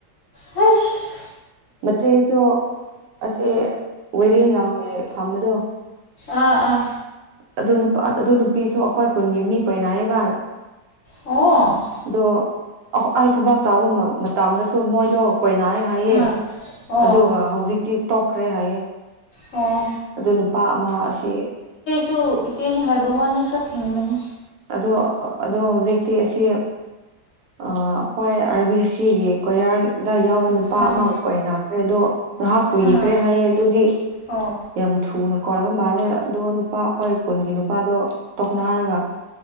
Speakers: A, on the left; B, on the right.
A: ꯍꯁ
B: ꯃꯆꯦꯁꯨ ꯑꯁꯦ ꯋꯦꯗꯤꯡ ꯌꯥꯎꯉ ꯐꯝꯕꯗꯣ
A: ꯑꯥ ꯑꯥ
B: ꯑꯗꯨ ꯅꯨꯄꯥ ꯑꯗꯨ ꯅꯨꯄꯤꯁꯨ ꯑꯩꯈꯣꯏ ꯈꯨꯟꯒꯤ ꯃꯤ ꯀꯣꯏꯅꯏꯕ
A: ꯑꯣ
B: ꯗꯣ ꯑꯊꯕ ꯇꯥꯕ ꯃꯇꯗꯁꯨ ꯃꯣꯏꯗꯣ ꯀꯣꯏꯅꯥꯏ ꯍꯥꯏꯌꯦ
A: ꯑꯥ ꯑꯣ
B: ꯑꯗꯨꯒ ꯍꯧꯖꯤꯛꯇꯤ ꯇꯣꯛꯈ꯭ꯔꯦ ꯍꯥꯏꯌꯦ
A: ꯑꯣ
B: ꯑꯗꯨ ꯅꯨꯄꯥ ꯑꯃ ꯑꯁꯤ
A: ꯁꯨ ꯏꯆꯦꯅꯤ ꯍꯥꯏꯕ ꯋꯥꯅꯦ ꯈꯔ ꯐꯤꯡꯕꯅꯤ
B: ꯑꯗꯣ ꯑꯗꯣ ꯍꯧꯖꯤꯛꯇꯤ ꯑꯁꯤ ꯑ ꯍꯣꯏ ꯑꯥꯔꯕꯤ ꯁꯤꯒꯤ ꯀꯣꯌꯥꯔ ꯑꯗꯥꯏ ꯌꯥꯎꯕ ꯅꯨꯄꯥ
A: ꯑꯥ
B: ꯑꯃꯒꯀꯣ ꯑꯩ ꯈ꯭ꯔꯦ ꯑꯗꯣ ꯅꯍꯥꯛ ꯀꯨꯏꯈ꯭ꯔꯦ
A: ꯑꯥ
B: ꯍꯥꯏꯌꯦ ꯑꯗꯨꯗꯤ
A: ꯑꯣ
B: ꯌꯥꯝ ꯊꯨꯅ ꯀꯣꯏꯕ ꯃꯥꯜꯂꯦ ꯑꯗꯣ ꯅꯨꯄꯥ ꯍꯣꯏ ꯀꯨꯟꯒꯤ ꯅꯨꯄꯥꯗꯣ ꯇꯧꯅꯔꯒ